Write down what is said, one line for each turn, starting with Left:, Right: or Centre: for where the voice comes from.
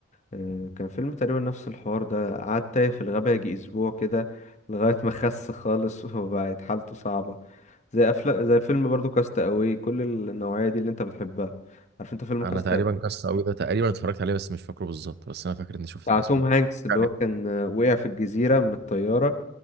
Left: آه، كان فيلم تقريبا نفس الحوار ده قعد تايه في الغابة يجي اسبوع كده لغاية ما خس خالص <laughs> وبقت حالته صعبة زي افلام زي فيلم برضو كاست اواي كل النوعية دي اللي انت بتحبها عارف انت فيلم
Right: انا
Left: كاست
Right: تقريبا
Left: اواي
Right: كاس قوي ده تقريبا اتفرجت عليه بس مش فاكره بالظبط بس انا فاكر اني شفت
Left: بتاع
Right: الاسم
Left: توم
Right: ده
Left: هانكس
Right: بيحكي
Left: اللي هو
Right: عليه.
Left: كان آه، وقع في الجزيرة من الطيارة